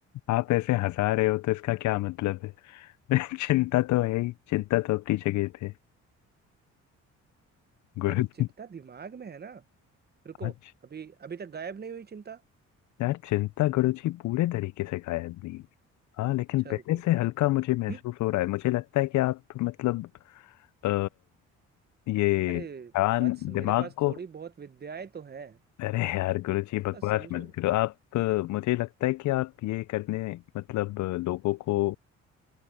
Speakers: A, on the left (about 70°); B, on the right (about 35°).
A: आप ऐसे हंसा रहे हो तो इसका क्या मतलब है <laughs> चिंता तो है ही चिंता तो अपनी जगह पे है। गुरु
B: अरे चिंता
A: जी
B: दिमाग में है ना रुको
A: आज
B: अभी अभी तक गायब नहीं हुई चिंता
A: यार चिंता गुरु जी पूरे तरीके से गायब नहीं हुई। हाँ लेकिन
B: अच्छा
A: पहले
B: रुको
A: से
B: रुको
A: हल्का मुझे महसूस
B: हम्म,
A: हो रहा है मुझे लगता है कि आप मतलब आ, ये
B: अरे
A: कान
B: वत्स मेरे
A: दिमाग
B: पास
A: को
B: थोड़ी बहुत विद्याएं तो हैं
A: अरे यार गुरु जी बकवास
B: थोड़ा समझो
A: मत करो आप अ, मुझे लगता है कि आप ये करने मतलब अ, लोगों को